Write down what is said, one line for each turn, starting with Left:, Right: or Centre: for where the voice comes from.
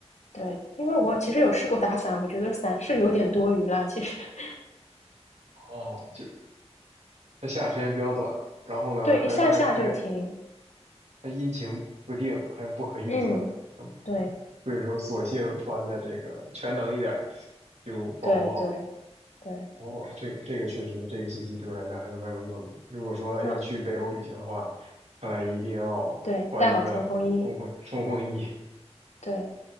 Left: 对，因为我其实有试过打伞，我觉得伞是有点多余啦，其实，<laughs>
Right: 哦，就它下的时间比较短，然后呢，
Left: 对，一下下就停。
Right: 还还还还阴晴不定，还不可预测，
Left: 嗯，
Right: 嗯
Left: 对，
Right: 所以说索性穿的这个全能一点儿，就保护好。
Left: 对，对，对，
Right: 哦，这个这个确实，这个信息对我来讲还是蛮有用的。如果说要去北欧旅行的话，
Left: 像，
Right: 看来一定要穿一个冲锋冲锋衣。
Left: 对，带好冲锋衣。对，